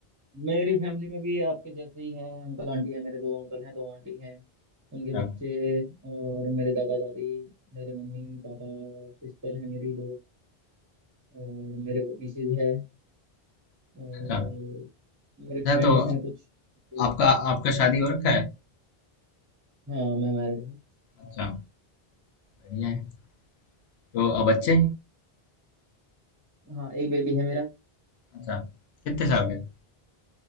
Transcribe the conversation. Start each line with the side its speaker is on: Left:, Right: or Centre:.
Right: मेरी फैमिली में भी आपके जैसे ही है अंकल आंटी है मेरे दो अंकल हैं दो आंटी हैं उनके
Left: अच्छा
Right: बच्चे और मेरे दादा दादी मेरे मम्मी पापा सिस्टर है मेरी दो और मेरे मिसेज है और
Left: अच्छा
Right: मेरे
Left: अच्छा,
Right: फ्रेंड्स
Left: तो
Right: हैं कुछ तो,
Left: आपका आपका शादी हो रखा है
Right: हाँ मैं मैरिड हूँ
Left: अच्छा बढ़िया है तो अब बच्चे
Right: हाँ एक बेबी है मेरा
Left: अच्छा कितने साल के